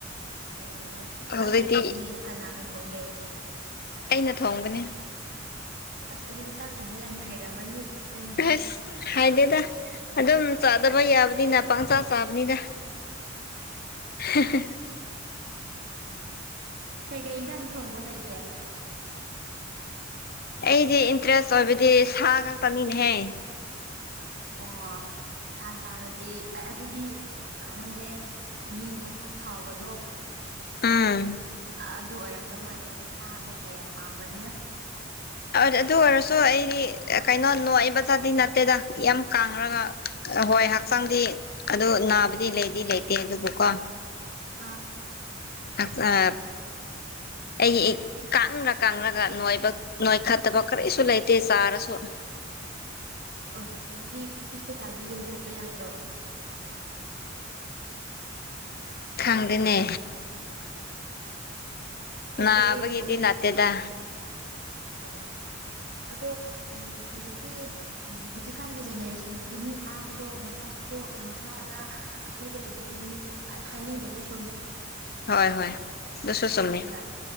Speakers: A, on the right; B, on the left.
A: ꯑꯣ ꯑꯣ ꯑꯣ
B: ꯍꯧꯖꯤꯛꯇꯤ
A: ꯇꯥꯛ ꯀꯩꯀꯩꯗꯤ ꯀꯅꯥꯅ ꯊꯣꯡꯒꯦ
B: ꯑꯩꯅ ꯊꯣꯡꯕꯅꯦ
A: ꯑꯣ ꯑꯁ ꯑꯗꯨꯗꯤ ꯆꯥꯛ ꯊꯣꯡꯕ ꯌꯥꯝꯅ ꯍꯩꯔꯝꯃꯅꯤ ꯅꯪꯁꯦ
B: ꯑꯍꯩꯁ ꯍꯥꯏꯗꯦꯗ ꯑꯗꯨꯝ ꯆꯥꯗꯕ ꯌꯥꯕꯅꯤꯅ ꯄꯪꯆꯥ ꯆꯥꯕꯅꯤꯗ <unintelligible>
A: ꯀꯩꯀꯩ ꯏꯟꯖꯥꯡꯗꯤ ꯊꯣꯡꯕ ꯍꯩꯒꯦ
B: ꯑꯩꯗꯤ ꯏꯟꯇ꯭ꯔꯦꯁ ꯑꯣꯏꯕꯗꯤ ꯁꯥ ꯉꯥꯛꯇꯅꯤꯅꯦꯍꯦ
A: ꯑꯣ ꯁꯥ ꯆꯥꯔꯗꯤ ꯑꯦꯑꯗꯨꯗꯤ ꯑ ꯅꯪꯖꯦ ꯃꯤ ꯃꯁꯥ ꯐꯕꯗꯣ
B: ꯎꯝ
A: ꯑ ꯑꯗꯨ ꯑꯣꯏꯔꯝꯗꯧ ꯃꯥꯜꯂꯦ ꯁꯥ ꯀꯩꯀꯩ ꯌꯥꯝ ꯄꯥꯝꯕꯅꯤꯅ
B: ꯑ ꯑꯗꯨ ꯑꯣꯏꯔꯁꯨ ꯑꯩꯗꯤ ꯀꯩꯅꯣ ꯅꯣꯏꯕꯗꯗꯤ ꯅꯠꯇꯦꯗ ꯌꯥꯝ ꯀꯥꯡꯔꯒ ꯑ ꯍꯣꯏ ꯍꯛꯆꯥꯡꯗꯤ ꯑꯗꯨ ꯅꯥꯕꯗꯤ ꯂꯩꯗꯤ ꯂꯩꯇꯦ ꯑꯗꯨꯕꯨꯀꯣ
A: ꯑꯥ
B: ꯑꯠꯆꯞ ꯑꯩ ꯏꯛ ꯀꯪꯔ ꯀꯪꯔꯒ ꯅꯣꯏꯕ ꯅꯣꯏꯈꯠꯇꯕ ꯀꯔꯤꯁꯨ ꯂꯩꯇꯦ ꯆꯥꯔꯁꯨ
A: ꯑꯣ ꯑꯗꯨꯗꯤ ꯍꯣꯁꯄꯤꯇꯥꯜꯗ ꯌꯦꯡꯊꯣꯛꯄ ꯌꯥꯗ꯭ꯔꯣ
B: ꯈꯪꯗꯦꯅꯦ
A: ꯌꯦꯡꯊꯣꯛꯑꯣ
B: ꯅꯥꯕꯒꯤꯗꯤ
A: ꯌꯦꯡꯊꯣꯛꯑꯣ
B: ꯅꯠ ꯇꯦꯗꯥ
A: ꯑꯣ ꯑꯗꯣ ꯎꯝ ꯍꯧꯖꯤꯛꯇꯤ ꯎꯝ ꯍꯨꯖꯤꯛꯀꯥꯟꯒꯤ ꯖꯦꯅꯦꯔꯦꯁꯟꯖꯤꯗꯤ ꯃꯤ ꯄꯥꯕꯗꯣ ꯃꯁꯥ ꯁꯣꯛ ꯃꯁꯥꯗ ꯑꯁꯣꯏꯕ ꯂꯩꯕꯒꯤꯅꯤ ꯑ ꯍꯥꯏꯅꯩꯗꯅ ꯁꯨꯝ
B: ꯍꯣꯏ ꯍꯣꯏ ꯑꯗꯨꯁꯨ ꯆꯨꯝꯃꯦ
A: ꯑꯗꯨꯅ